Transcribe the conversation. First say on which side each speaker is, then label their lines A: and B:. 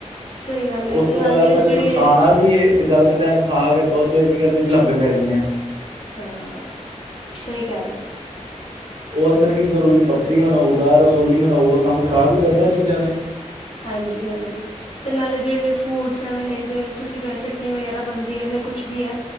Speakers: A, on the left; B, on the right.
A: ਸਹੀ ਗੱਲ
B: ਉਸ
A: ਹੈ ਤੇ
B: ਤੋਂ
A: ਨਾਲੇ
B: ਬਾਅਦ, ਆਪਾਂ
A: ਜਿਹੜੇ
B: ਜਦੋਂ ਖਾਣਾ ਵੀ ਏ ਤੇ ਗਲਤ ਟਾਈਮ ਖਾ ਕੇ, ਆਪਾਂ ਉਤੋ ਕੀ ਕਰਦੇ ਈ ਲੰਬੇ ਪੈ ਜਾਣੇ ਆ।
A: ਹਾਂ, ਸਈ ਕੇਹ ਰਏ ਔ।
B: ਉਹ ਅੰਦਰ ਕੀ ਕਰੂਗਾ ਜੀ? ਪੱਥਰੀ ਬਨਾਊਗਾ, ਰਸੋਲੀ ਬਨਾਊਗਾ, ਕੰਮ ਖ਼ਰਾਬ ਈ ਕਰਨਾ ਉਹ ਚੀਜ਼ਾਂ ਨੇ।
A: ਹਾਂਜੀ-ਹਾਂਜੀ। ਤੇ ਨਾਲੇ ਜੇਅੜੇ ਫੂਡਸ ਏਵੇਂ ਨੇ, ਜਿਵੇਂ ਤੁਸੀਂ ਕੇਰੇ ਚਟਨੀ ਵਗੈਰਾ ਬਣਦੀ ਐ, ਨੇ ਕੁਛ ਵੀ ਐ